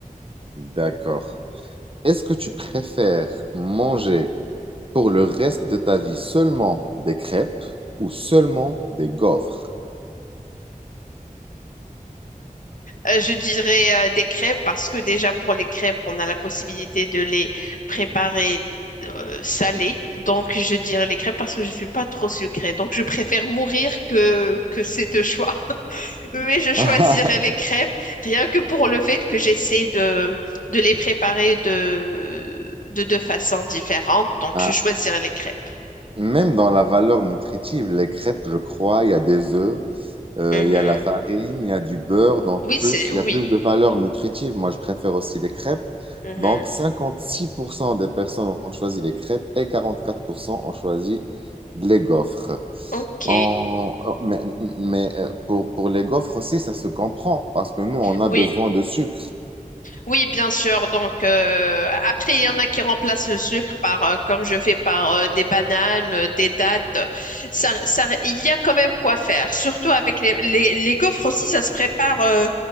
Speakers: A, on the right (about 40°); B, on the left (about 65°).
A: D'accord. Est-ce que tu préfères manger pour le reste de ta vie seulement des crêpes ou seulement des gaufres?
B: Euh, je dirais euh, des crêpes parce que déjà pour les crêpes, on a la possibilité de les préparer euh, salées. Donc, je dirais les crêpes parce que je ne suis pas trop sucrée. Donc, je préfère mourir que, que ces deux choix. Mais je choisirais
A: <laughs>
B: les crêpes rien que pour le fait que j'essaie de, de les préparer de, de deux façons différentes. Donc,
A: Ah,
B: je choisirais les crêpes.
A: même dans la valeur nutritive, les crêpes, je crois, il y a des œufs, euh,
B: Mhm.
A: il y a la farine, il y a du beurre, donc
B: Oui,
A: plus,
B: c'est
A: il
B: oui.
A: y a plus de valeur nutritive. Moi, je préfère aussi les crêpes.
B: Mhm.
A: Donc, 56% des personnes ont choisi les crêpes et 44% ont choisi les gaufres.
B: Ok.
A: En- Mais, mais, euh, pour, pour les gaufres aussi, ça se comprend parce que nous, on a
B: Oui,
A: besoin de sucre.
B: oui, bien sûr. Donc, euh, après, il y en a qui remplacent le sucre par, euh, comme je fais, par euh, des bananes, euh, des dattes. Ça, ça, il y a quand même quoi faire. Surtout avec les, les, les gaufres aussi, ça se prépare euh,